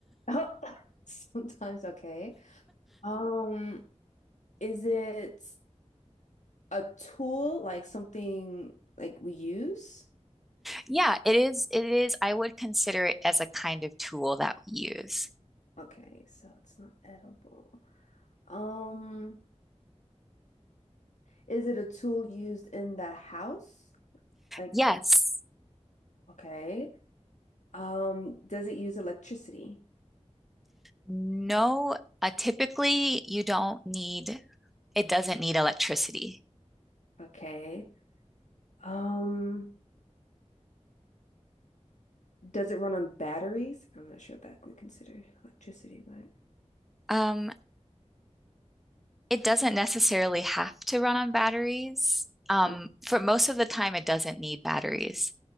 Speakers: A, on the left (about 85°); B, in the centre.
A: Oh, sometimes, okay. Um, is it a tool like something like we use?
B: Yeah, it is. It is. I would consider it as a kind of tool that we use.
A: Okay, so it's not edible. Um, is it a tool used in the house? Like,
B: Yes.
A: okay. Um, does it use electricity?
B: No. Uh, typically, you don't need, it doesn't need electricity.
A: Okay. Um, does it run on batteries? I'm not sure if that would consider electricity, but
B: Um, it doesn't necessarily have to run on batteries. Um,
A: uh,
B: for most of the time, it doesn't need batteries.